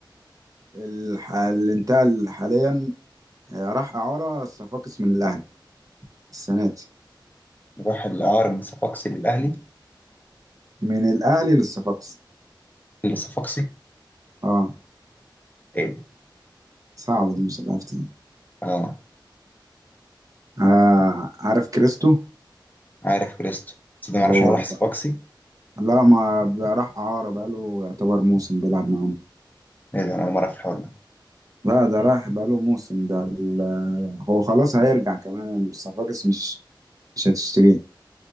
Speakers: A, on the right (about 45°); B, on the left (about 20°).
A: الح... اللي انتقل حاليا آه راح إعارة الصفاقس من الأهلي السنة دي
B: راح الاعاره من صفاقسي للاهلي
A: من الأهلي للصفاقس
B: لصفاقسي
A: اه
B: ايه ده؟
A: صعبة دي مش هتعرف تاني
B: اه
A: آه عارف كريستو
B: عارف كريستو بس ده معرفش
A: هو
B: إن هو راح
A: ده
B: صفاقسي
A: بقى. لا ما بقى راح إعارة بقاله يعتبر موسم بيلعب معاهم
B: ايه ده انا اول مره في الحوار ده
A: لا ده راح بقاله موسم ده ال- هو خلاص هيرجع كمان الصفاقس مش مش هتشتريه